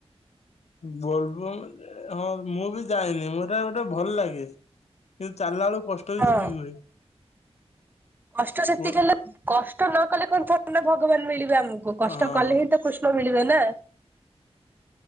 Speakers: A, on the left; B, on the right.
A: ବୋଲବମ ଯେ ହଁ ମୁଁ ବି ଯାଇନି ଏଇଟା ଗୋଟେ ଭଲ ଲାଗେ। କିନ୍ତୁ ଚାଲିଲା ବେଳକୁ କଷ୍ଟ ବି
B: ହଁ
A: ସେତିକି ହୁଏ।
B: -କଷ୍ଟ ସେତିକି
A: କୁହ
B: ହେଲେ କଷ୍ଟ ନ କଲେ କଣ ଥରେନା ଭଗବାନ ମିଳିବେ ଆମକୁ କଷ୍ଟ
A: ହଁ
B: କଲେ ହିଁ ତ- କୃଷ୍ଣ ମିଳିବେ ନା।